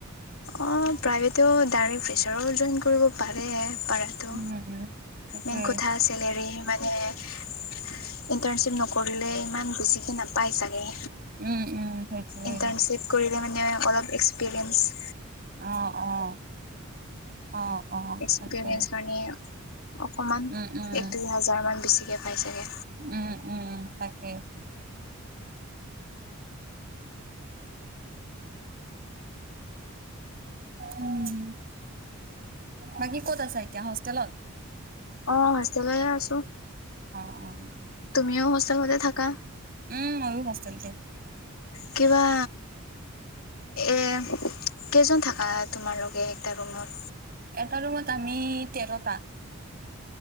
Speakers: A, on the left (about 75°); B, on the right (about 40°).
A: অ প্ৰাইভেটও ডাইৰে্ট প্ৰেচাৰ জইন কৰিব পাৰে। পাৰাটো
B: উম সেইটোৱে
A: মেইন কথা চলেৰ মানে ইন্টাৰ্ণশিপ ন কৰিলে ইমান বেছিকে নাপায় চাগে
B: উম উম সেইটোৱে
A: ইনট্ৰানচিপ কৰিলে মানে অলপ এক্সপ্ৰিয়েছ
B: আহ অ অ অ
A: এক্সপিৰিয়েঞ্চ
B: তাকেই
A: মানে অকমান
B: উম উম
A: এক দুই হাজাৰ মান বেছিকে পাই চাগে
B: উম উম তাকে <unintelligible> <inaudible> উম বাকী ক'ত আছা এতিয়া হোষ্টেলত
A: অ হোষ্টেললৈ আছো
B: <inaudible>
A: তুমিও হোষ্টেলতে থাকা
B: উম, ময়ো হোষ্টেলতে
A: কিবা এ কেইজন থাকা তোমালোকে এটা ৰুমত
B: এটা ৰুমত আমি তেৰটা